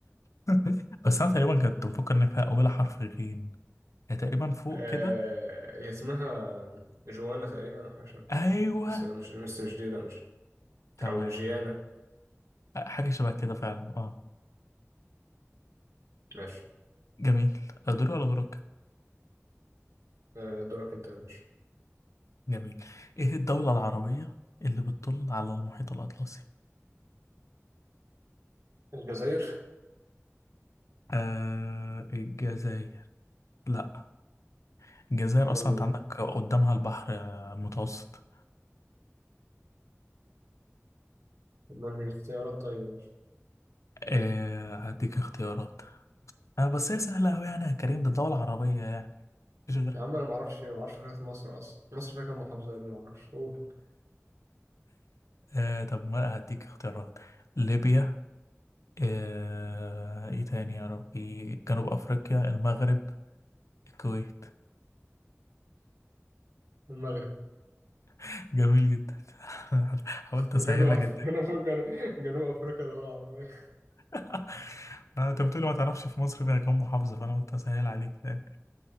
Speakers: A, on the left; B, on the right.
A: <laughs> بس انا تقريبا كنت بفكر ان فيها اولها حرف غين هي تقريبا فوق
B: آه
A: كده
B: هي اسمها جوانا تقريبا أو حاجة شبه
A: ايوه
B: كده بس لا مش بس مش دي لا مش
A: تمام
B: دي. أو جيانا
A: حاجه شبه كده فعلا اه
B: ماشي
A: جميل دوري ولا دورك
B: آه دورك أنت يا باشا
A: جميل ايه الدوله العربيه اللي بتطل على المحيط الاطلسي
B: الجزائر
A: آه الجزائر لا الجزائر
B: أمال
A: اصلا
B: مين؟
A: انت عندك قدامها البحر المتوسط
B: أمال مين اختيارات طيبة يا باشا
A: آه هديك اختيارات آه بس هي سهلة أوي يعني يا كريم ده دولة عربية يعني مفيش غيرها
B: يا عم انا ما اعرفش ما اعرفش خريطة مصر اصلا مصر فيها كام محافظة يا ابني ما اعرفش اوه
A: آه طب ما هديك اختيارات ليبيا آه إيه تاني يا ربي جنوب أفريقيا المغرب الكويت
B: المغرب
A: <laughs> جميل جدا <laughs> حاولت أسهل
B: جنوب <laughs>
A: لك
B: أف-
A: الدنيا
B: جنوب جنوب, جنوب افريقيا دولة عربية
A: <laughs> ما أنت بتقولي ما تعرفش في مصر فيها كام محافظة فأنا قلت أسهل عليك يعني